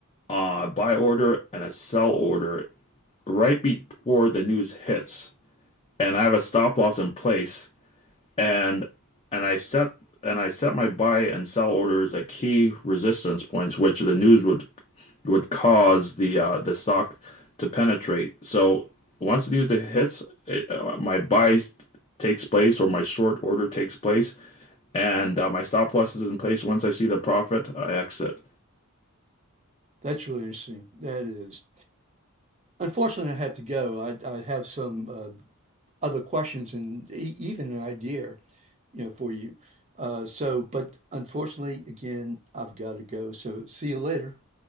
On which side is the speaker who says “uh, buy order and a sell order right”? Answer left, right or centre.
Left